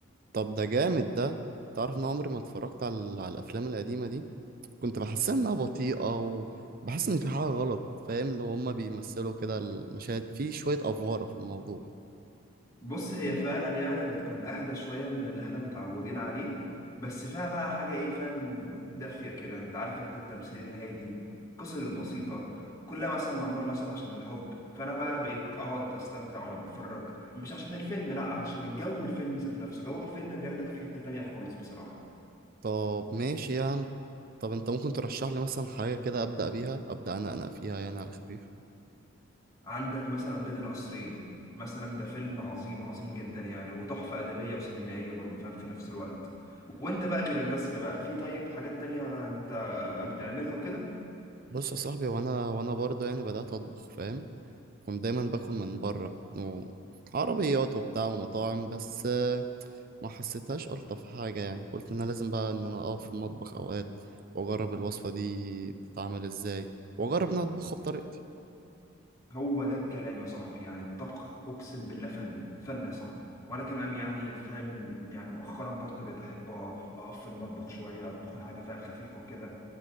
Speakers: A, on the right (about 40°); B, on the left (about 15°).
A: طب ده جامد ده تعرف ان عمري ما اتفرجت على ال- على الافلام القديمه دي كنت بحسها انها بطيئه وبحس ان في حاجه غلط فاهم اللي هما بيمثلوا كده المشاهد في شويه افواره في الموضوع
B: بص هي فعلا يعني بتكون اهدى شويه من اللي احنا متعودين عليه بس فيها بقى حاجه ايه فاهم دافيه كده انت عارف انت التمثيل الهادي القصص البسيطه كلها مثلا معمول مثلا عشان الحب فانا بقى بقيت اقعد استمتع وانا بتفرج مش عشان الفيلم لا علشان الجو الفيلم ذات نفسه جو الفيلم بياخدك في حته تانية خالص بصراحه
A: طب ماشي يعني طب انت ممكن ترشح لي مثلا حاجه كده ابدا بيها ابدا انا انا فيها يعني على خفيف
B: عندك مثلا بين القصرين مثلا ده فيلم عظيم عظيم جدا يعني وتحفة أدبية وسينمائية برضه فاهم في نفس الوقت وانت بقى غير الرسم بقى في طيب حاجات تانية انت آه، بتعملها وكده
A: بص يا صاحبي وانا وانا برضه يعني بدأت اطبخ فاهم كنت دايما باكل من بره و- عربيات وبتاع ومطاعم بس آه، ما حسيتهاش الطف حاجه يعني قلت ان انا لازم بقى ان انا اقف في المطبخ اوقات واجرب الوصفه دي بتتعمل ازاي واجرب ان انا اطبخها بطريقتي
B: هو ده الكلام يا صاحبي يعني الطبخ أقسم بالله فن فن يا صاحبي وأنا كمان يعني فاهم يعني مؤخرا برضه بقيت أحب أقف في المطبخ شوية أطبخ الحاجة فاهم خفيفة وكده